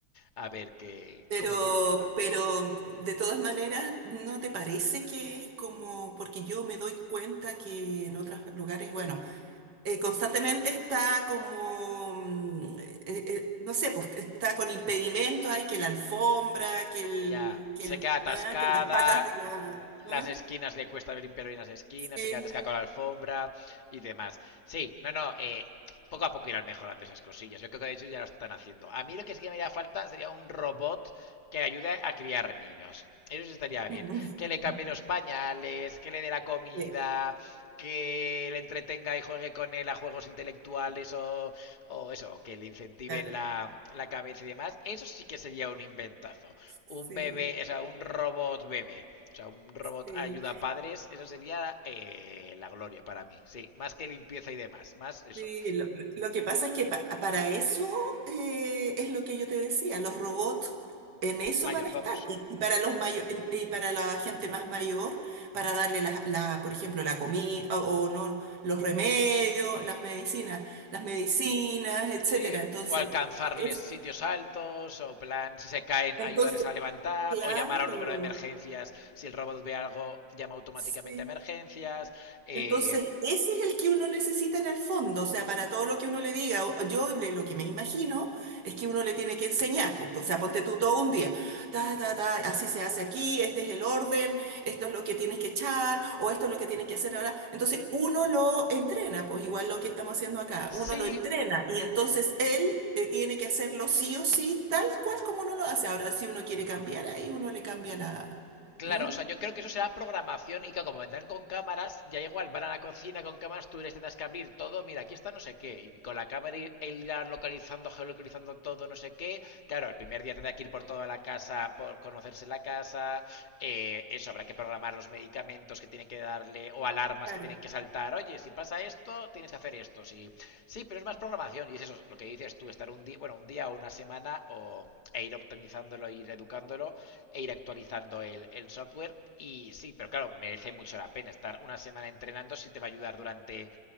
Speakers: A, on the left; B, on the right.
A: a ver qué
B: Pero,
A: cómo evoluciona.
B: pero de todas maneras, ¿no te parece que es como, porque yo me doy cuenta que en otros lugares, bueno, eh, constantemente está como, mm, eh, eh, no sé, pues está con impedimento, hay que la alfombra, que el,
A: Ya,
B: que
A: se
B: el,
A: queda atascada,
B: ah, que las patas de la,
A: las
B: ah,
A: esquinas le cuesta limpiar bien las esquinas,
B: Sí.
A: se queda atascada con la alfombra y demás. Sí, no, no, eh, poco a poco irán mejorando esas cosillas. Yo creo que de hecho ya lo están haciendo. A mí lo que sí que me haría falta sería un robot que ayude a criar niños. Eso sí estaría bien.
B: <laughs>
A: Que le cambie los pañales, que le dé la comida,
B: Sí,
A: que le entretenga y juegue con él a juegos intelectuales o, o eso, que le incentiven
B: claro,
A: la, la cabeza y demás, eso sí que sería un inventazo
B: sí,
A: un bebé, o sea, un robot bebé. O sea, un robot
B: sí.
A: ayuda a padres, eso sería eh, la gloria para mí. Sí, más que limpieza y demás, más eso.
B: Sí, lo, lo que pasa es que pa- para eso eh, es lo que yo te decía, los robots en eso
A: Mayordomos.
B: van a estar. Y, y para los mayo- em- y para la gente más mayor, para darle la, la, por ejemplo, la comida o, o no, los remedios, las medicinas, las medicinas, etcétera.
A: Sí,
B: Entonces,
A: o alcanzarles
B: es,
A: sitios altos, o plan, si se caen,
B: entonces,
A: ayudarles a levantar,
B: claro,
A: o llamar a un número de emergencias. Si el robot ve algo, llama automáticamente
B: sí
A: a emergencias. Eh,
B: Entonces, ese es el que uno necesita en el fondo, o sea, para todo lo que uno le diga, o- yo le- lo que me imagino es que uno le tiene que enseñar, pues o sea, ponte tú todo un día, ta, ta, ta, así se hace aquí, este es el orden, esto es lo que tienes que echar, o esto es lo que tienes que hacer ahora. Entonces, uno lo entrena, pues igual lo que estamos haciendo acá,
A: sí,
B: uno lo entrena y entonces él eh, tiene que hacerlo sí o sí, tal cual como uno lo hace. Ahora, si uno quiere cambiar, ahí uno le cambia la...
A: Claro,
B: ¿Mm?
A: o sea, yo creo que eso será programación y que como vendrán con cámaras, ya igual van a la cocina con cámaras, tú les tendrás que abrir todo, mira, aquí está no sé qué, y con la cámara ir, irás localizando, geolocalizando todo, no sé qué. Claro, el primer día tendrá que ir por toda la casa, por conocerse la casa, eh, eso, habrá que programar los medicamentos que tienen que darle o alarmas
B: Claro,
A: que tienen que saltar, oye, si pasa esto, tienes que hacer esto, sí, sí, pero es más programación y es eso, lo que dices tú, estar un día, bueno, un día o una semana o, e ir optimizándolo, ir educándolo e ir actualizando el, el software. Y sí, pero claro, merece mucho la pena estar una semana entrenando si te va a ayudar durante